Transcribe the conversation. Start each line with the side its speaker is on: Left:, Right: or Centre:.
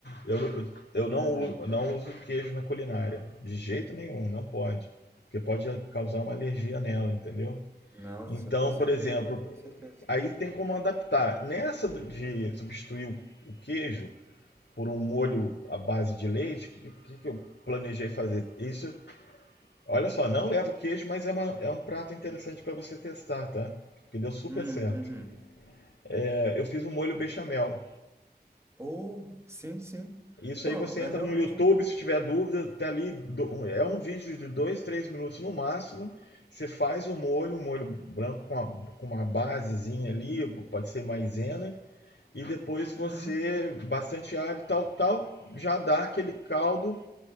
Left: Eu, eu- eu não,
Right: Uhum.
Left: u- não uso queijo na culinária, de jeito nenhum, não pode. Porque pode causar uma alergia nela, entendeu?
Right: Nossa,
Left: Então,
Right: com certeza,
Left: por exemplo,
Right: com certeza.
Left: Aí tem como adaptar. Nessa de substituir o queijo por um molho à base de leite, o que, que, eu planejei fazer? Isso, olha só, não leva queijo, mas é, uma, é um prato interessante para você testar, tá? Que deu super
Right: Hum,
Left: certo.
Right: uhum.
Left: É, eu fiz um molho bechamel.
Right: Ou, sim, sim.
Left: Isso
Right: Pô,
Left: aí você entra
Right: é realmente,
Left: no YouTube, se tiver dúvida, tá ali. Do, um, é um vídeo de 2, 3 minutos no máximo. Você faz o molho, um molho branco com, a, com uma basezinha ali, pode ser maisena e depois você,
Right: uhum.
Left: bastante alho, tal, tal, já dá aquele caldo.